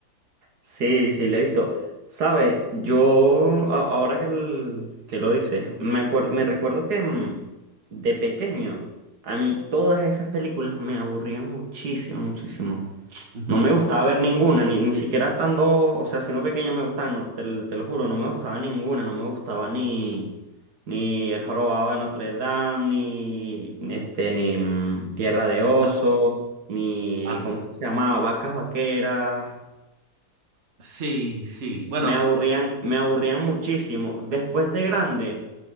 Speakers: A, on the right; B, on the right.
A: Sí, sí, le he visto. Sabes, yo a- ahora que, el- que lo dices, me acuerdo, me recuerdo que mm, de pequeño a mí todas esas películas me aburrían muchísimo, muchísimo.
B: Ujú.
A: No me gustaba ver ninguna, ni, ni siquiera estando, o sea, siendo pequeño me gustaba, no, te, te lo juro, no me gustaba ninguna, no me gustaba ni, ni El Jorobado de Notre Dame, ni, ni este, ni mm, Tierra de Osos,
B: Al-
A: ni,
B: al-
A: ¿cómo es que se llamaba? Vacas Vaqueras.
B: sí, sí. Bueno,
A: Me aburrían, me aburrían muchísimo. Después de grande